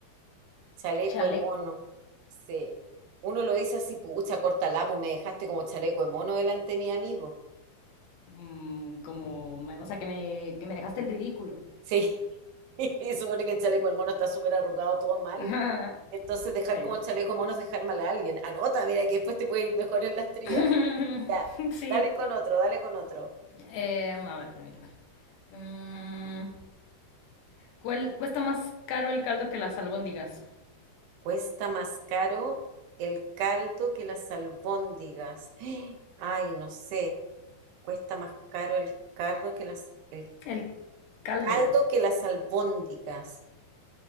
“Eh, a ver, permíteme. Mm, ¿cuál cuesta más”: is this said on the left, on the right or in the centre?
Left